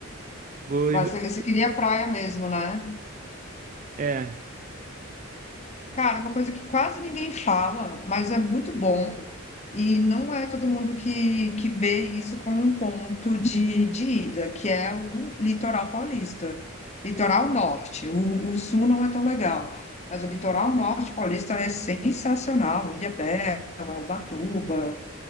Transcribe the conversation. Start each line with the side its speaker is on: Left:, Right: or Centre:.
Right: Vou,
Left: Mas
Right: e vou-
Left: você, você queria praia mesmo, né?
Right: é,
Left: Cara, é uma coisa que quase ninguém fala, mas é muito bom, e não é todo mundo que, que vê isso como um ponto de, de ida, que é o litoral paulista, litoral norte. O, o sul não é tão legal, mas o litoral norte paulista é sensacional. Ilhabela, Ubatuba,